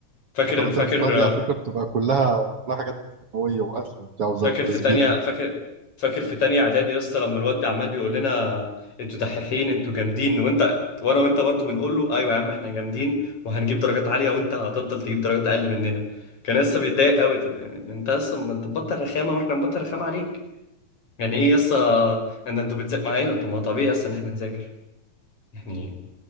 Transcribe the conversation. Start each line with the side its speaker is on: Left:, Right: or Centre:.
Left: فاكر
Right: فترات
Left: فاكر
Right: الامتحانات دي على فكره بتبقى كلها كلها حاجات قويه وقتل وبتاع وتسبيح
Left: فاكر في تانية فاكر فاكر في تانية اعدادي يا اسطى لما الواد عمال بيقول لنا انتوا دحيحين انتوا جامدين وانت وانا وانت برضو بنقول له ايوه يا عم احنا جامدين وهنجيب درجات عالية وانت هتفضل تجيب درجات اقل مننا كان لسه بيتضايق قوي طب يعني ما انت لسه ما انت مبطل رخامة واحنا مبطل رخامة عليك يعني ايه يسا ان انتوا بتذاكر معايا طب ما هو طبيعي يسا ان احنا نذاكر يعني